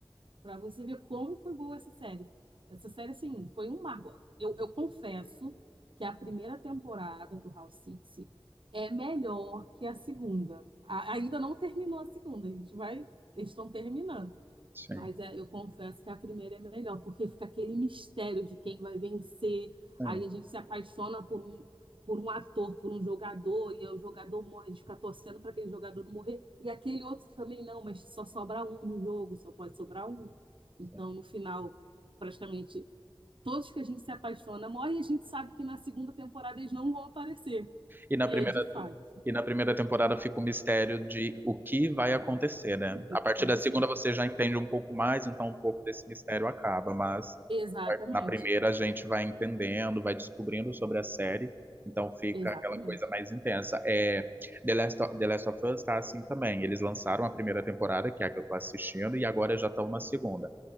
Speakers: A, on the right; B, on the right.
A: pra você ver como foi boa essa série. Essa série, assim, foi um marco. Eu, eu confesso que a primeira temporada do House Six é melhor que a segunda. A- ainda não terminou a segunda, a gente vai. Eles estão terminando.
B: Sim,
A: Mas é, eu confesso que a primeira é melhor, porque fica aquele mistério de quem vai vencer.
B: sim,
A: Aí a gente se apaixona por um, por um ator, por um jogador, e o jogador morre, a gente fica torcendo para aquele jogador não morrer, e aquele outro também não, mas só sobra um no jogo, só pode sobrar um. Então,
B: sim.
A: no final, praticamente todos que a gente se apaixona morrem, e a gente sabe que na segunda temporada eles não vão aparecer.
B: E na
A: E
B: primeira,
A: aí, de fato,
B: e na primeira temporada fica o mistério de o que vai acontecer, né?
A: o que
B: A
A: vai
B: partir
A: acontecer?
B: da segunda você já entende um pouco mais, então um pouco desse mistério acaba, mas
A: Exatamente,
B: Na primeira a gente vai entendendo, vai descobrindo sobre a série, então fica
A: exatamente.
B: aquela coisa mais intensa. É, The Last of, The Last of Us tá assim também. Eles lançaram a primeira temporada, que é a que eu estou assistindo, e agora já estão na segunda.